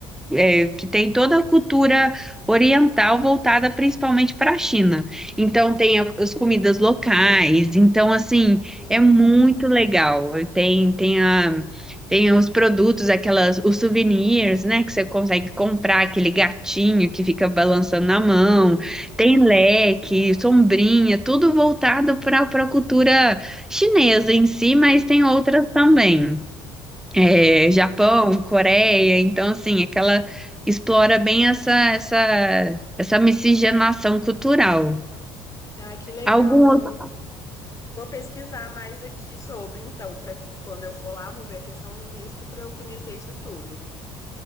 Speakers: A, in the centre; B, on the left.
A: é, que tem toda a cultura oriental voltada principalmente para a China. Então tem a- as comidas locais, então assim,
B: Uhum.
A: é muito legal. Tem, tem a, tem os produtos, aquelas, os souvenirs, né, que você consegue comprar, aquele gatinho que fica balançando na mão,
B: <laughs>
A: tem leque, sombrinha, tudo voltado para a cultura chinesa em si, mas
B: Sim.
A: tem outras também. É, Japão, Coreia, então assim, aquela explora bem essa essa essa miscigenação cultural.
B: Ai, que legal,
A: Algum
B: não.
A: outro...
B: Vou pesquisar mais aqui sobre, então, para quando eu for lá, vou ver a questão do visto para eu conhecer isso tudo.